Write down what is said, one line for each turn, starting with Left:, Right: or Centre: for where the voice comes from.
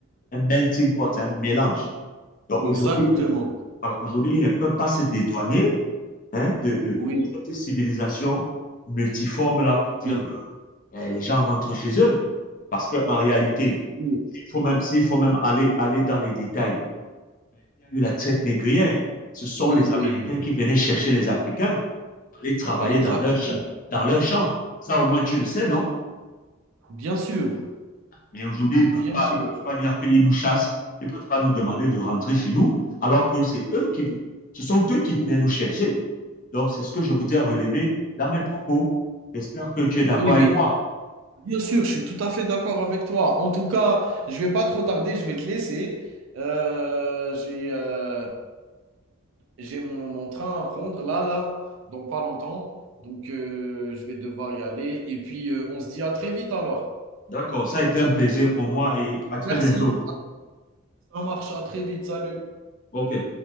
Left: un, melting pot, c'est un mélange. Donc,
Right: exactement.
Left: aujourd'hui, voilà, aujourd'hui, ils ne peuvent pas se dédouaner hein, de, de,
Right: Oui,
Left: cette civilisation multiforme-là pour dire
Right: oui,
Left: que eh, les gens rentrent chez eux. Parce qu'en réalité,
Right: oui,
Left: il faut même, s'il faut même aller, aller dans les détails, il y a eu la traite négrière. Ce sont
Right: oui,
Left: les Américains
Right: oui,
Left: qui
Right: oui,
Left: venaient chercher les Africains aller travailler
Right: oui. exactement.
Left: dans leur, cha- dans leur champ. Ça, au moins, tu le sais, non?
Right: Bien sûr,
Left: Mais aujourd'hui, ils ne
Right: bien
Left: peuvent pas,
Right: sûr.
Left: ils peuvent pas dire qu'ils nous chassent. Ils ne peuvent pas nous demander de rentrer chez nous, alors que c'est eux qui,
Right: Oui,
Left: ce sont eux qui venaient nous chercher. Donc, c'est ce que je voudrais relever dans mes propos. J'espère que tu es d'accord
Right: oui,
Left: avec
Right: oui.
Left: moi.
Right: bien sûr, je suis tout à fait d'accord avec toi. En tout cas, je vais pas trop tarder, je vais te laisser. Euh, j'ai euh, J'ai mon, mon train à prendre là, là, dans pas longtemps. Donc, euh, je vais devoir y aller. Et puis, euh, on se dit à très vite alors.
Left: D'accord, ça a été un plaisir pour moi et à très
Right: Merci.
Left: bientôt.
Right: Ça marche. À très vite. Salut.
Left: OK.